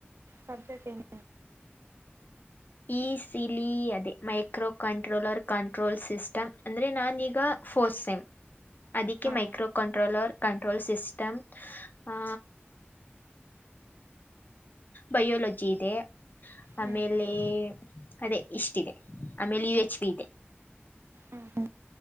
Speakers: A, on the right; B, on the left.
A: ಸಬ್ಜೆಕ್ಟ್ ಏನ
B: ಈಸಿಲಿ ಅದೇ ಮೈಕ್ರೋ ಕಂಟ್ರೋಲ್ರ್ ಕಂಟ್ರೋಲ್ ಸಿಸ್ಟಮ್ ಅಂದ್ರೆ ನಾನೀಗ ಫೋರ್ಸ್ ಸೇಮ್ ಅದಕ್ಕೆ
A: ಹಾ
B: ಮೈಕ್ ಕಂಟ್ರೋಲರ್ ಕಂಟ್ರೋಲ್ ಸಿಸಿಸ್ಟಮ ಆ ಬಯೋಲಜಿ ಇದೆ
A: ಹ್ಮ್
B: ಆಮೇಲೆ ಅದೇ ಇಷ್ಟ ಇದೆ ಆಮೇಲೆ ಯು ಎಚ್ ಪ ಇದೆ
A: ಹಾ ಹಾ